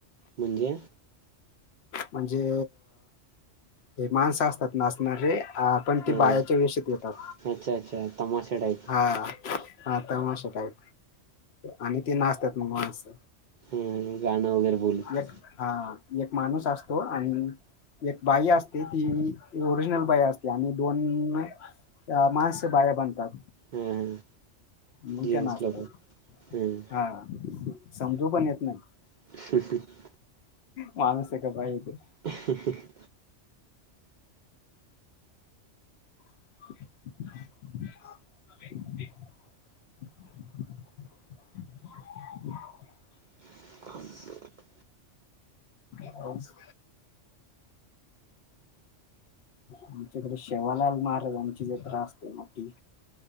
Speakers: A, on the right; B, on the left.
A: म्हणजे
B: म्हणजे हे माणस असतात नाचणारे. पण ते
A: हम्म
B: बायाच्या वेशात येतात.
A: अच्छा, अच्छा तमाशा टाईप.
B: हा हां तमाशा टाईप. आणि ती नाचतात मग माणस.
A: हम्म गाणं वगैरे बोलत
B: एक हां एक माणूस असतो. आणि एक बाई असते. ती ओरिजिनल बाई असते. आणि दोन, अ माणस बाया बनतात.
A: हम् हम्म
B: मग
A: जेंट्स
B: त्या नाचतात.
A: लोक हम्म
B: हा समजू पण येत नाही.
A: <inaudible>
B: माणूसय का बाई ये तो.
A: <inaudible>
B: <unintelligible> <inaudible>
A: <inaudible>
B: पाऊस. आमच्याकडे सेवालाल महाराजांची जत्रा असते मोठी.